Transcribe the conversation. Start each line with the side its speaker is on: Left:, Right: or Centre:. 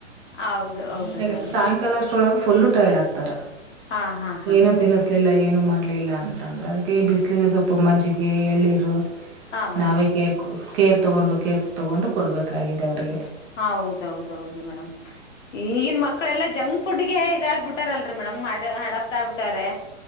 Left: ಹೌದು ಹೌದು
Right: ಇಲ
Left: ಮೇಡಮ್
Right: ಗ ಸಾಯಂಕಾಲ ಅಷ್ಟೊಳಗ ಫುಲ್ಲು ಟೈರ್ಡ್ ಆಗ್ತಾರ
Left: ಹಾ ಹಾ ಹಾ
Right: ಏನೋ
Left: ಹಾ
Right: ತಿನ್ನಿಸತ ಬಿಸಲಿಲ್ಲ ಏನು ಮಾಡಲಿಲ್ಲ ಅಂತಂದರೆ ಅದಕ್ಕೆ ಈ ಬಿಸಿಲಿಗೆ ಸ್ವಲ್ಪ ಮಜ್ಜಿಗೆ ಎಳ್ಳೀರು
Left: ಹಾ ಮೇಡಮ್
Right: ನಾವೇ ಕೇರ್ ಕೇರ್ ತೊಗೊಂಡು ಕೇರ್ ತೊಗೊಂಡು ಕೊಡಬೇಕಾಗಿದೆ ಅವರಿಗೆ
Left: ಹಾ ಹೌದೌದೌದು ಮೇಡ್ ಈಗಿನ ಮಕ್ಕಳೆಲ್ಲ ಜಂಕ್ ಫುಡ್ ಗೆ ಇದಾಗ್ಬ ಬಿಟ್ಟಾರಲ್ರಿ ಮೇಡಮ್ ಮಾಡ ಅಡಪ್ ಆಗ್ತಾರೆ